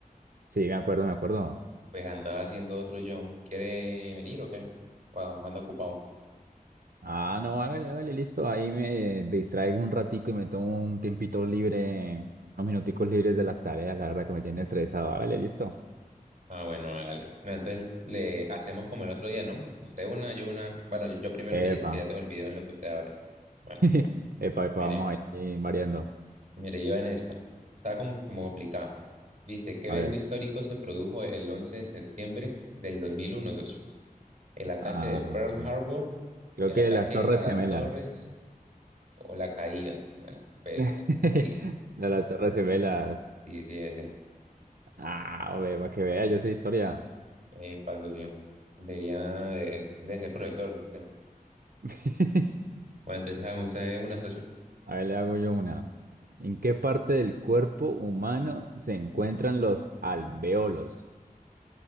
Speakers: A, on the right (about 80°); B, on the right (about 50°).
A: sí, me acuerdo, me acuerdo.
B: pues andaba haciendo otro yo. ¿Quiere venir o qué? Cuando anda ocupado.
A: Ah, no, hágale, hágale, listo. Ahí me distraigo un ratico y me tomo un tiempito libre, unos minuticos libres de las tareas, la verdad que me tiene estresado. Hágale, listo.
B: Ah, bueno, hágale. No, Entonces le hacemos como el otro día, ¿no? Usted una, yo una. Bueno, yo, yo primero que,
A: Epa.
B: ya que ya tengo el video en lo que usted abre. Bueno,
A: <laughs> Epa, epa,
B: mire,
A: vamos ahí variando.
B: mire, yo en esta. Está como, como complicada. Dice, ¿qué evento
A: A ver.
B: histórico se produjo el 11 de septiembre del 2001? socio? ¿El ataque
A: Ah.
B: de Pearl Harbor?
A: Creo
B: ¿El
A: que
B: ataque
A: las Torres
B: a las
A: Gemelas.
B: torres? ¿O la caída? Bueno, pues
A: <laughs>
B: sí,
A: La- Las Torres Gemelas.
B: sí, sí, ese.
A: Ah, hombre, para que vea, yo sé historia.
B: Eh, paso, Debería de, de ser profesor, no sé.
A: <laughs>
B: Bueno, entonces, hagamos, eh, una, socio.
A: A ver, le hago yo una. ¿En qué parte del cuerpo humano se encuentran los alveolos?